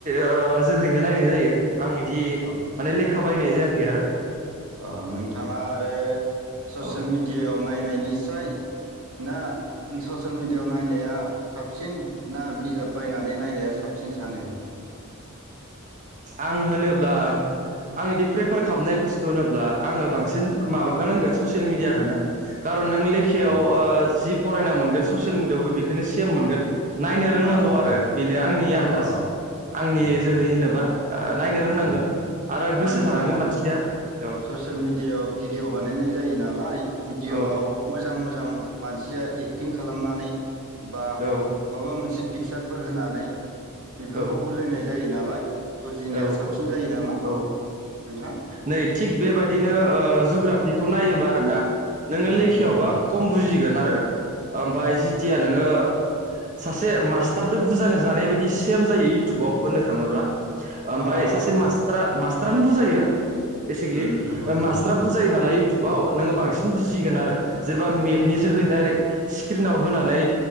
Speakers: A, on the right; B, on the right.
A: ओ जोहैनो नायनाय जायो। आं इदि
B: अ
A: लेखा बायनाय जायाखै आरो
B: अ नोंथाङा आरो ससियेल
A: औ
B: मिडियाआवन नायनायनिसाय ना ससियेल मिडियाआव नायनाया साबसिन ना बिजाब बायनानै नायनाया साबसिन सानो?
A: आं होनोब्ला आं बिदि प्रेफार खालामनाय बुस्थु होनोब्ला आङो बांसिन माबाखोनो होनगोन ससियेल मिडियाखोनो खारन नों
B: आदसा
A: लेखायाव ओ जि फरायना मोनगोन ससियेल मिडियआवबो बेखोनो सेम मोनगोन। नायनो रोंनांगौ
B: अ अ
A: आरो बेनो। आंनि आन्दाज
B: अ अ
A: आंनि
B: उम उम
A: जोहै होनोबा। ओ नायनो रोंनांगोन
B: उम
A: आरो गोसो
B: मानोना
A: थानांगोन मानसिया औ
B: ससियेल मिडियायाव भिडिअ' बानायनाय जायो नालाय, भिडिअ'आव
A: औ
B: मोजां मोजां मानसिया एक्टिं खालामनानै बा
A: औ
B: माबा मोनसे पिकसारफोर होनानै बेफोरखौ
A: औ
B: बुजायनाय जायो नालाय। जिनाया
A: औ
B: साबसिन जायो नामा?
A: औ
B: नोंथां?
A: नै थिग बेबायदिनो
B: अ
A: जुग्राफिखौ नायोबा? ना नोङो लेखायावबा
B: उम
A: खम बुजिगोन आरो ओमाय जिथिया नोङो सासे मास्टारद बुजायानो जानाय बायदि सेम जायो इउथुबाव होननो थाङोब्ला
B: अ
A: ओमफफ्राय
B: अ
A: सासे मास्टाराार ख्रानो बुजायो। बेसिकेलि
B: उम नंगौ नंगौ
A: मास्टारा बुजायो नालाय‌। वाव नोङो बांसिन बुजिगोन आरो सोरबा मेपनि
B: आदसा
A: जोहै दडाइरेक्ट स्क्रिनाव होनानै